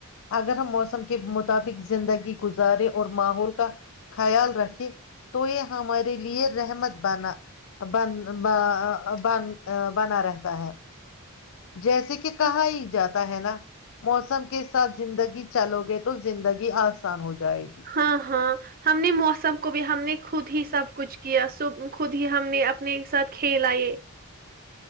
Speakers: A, on the left (about 60°); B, on the right (about 40°).
A: اگر ہم موسم کے مطابق زندگی گزارے اور ماحول کا خیال رکھے تو یہ ہمارے لیے رحمت بنا بن بنا رہتا ہے جیسے کہ کہا
B: ہاں
A: ہی جاتا ہے نا موسم کے ساتھ زندگی چلو گے تو زندگی آسان ہو جائے گی
B: ہاں ہاں ہم نے موسم کو بھی ہم نے خود ہی سب کچھ کیا سب خود ہی ہم نے اپنے ساتھ کھیلئے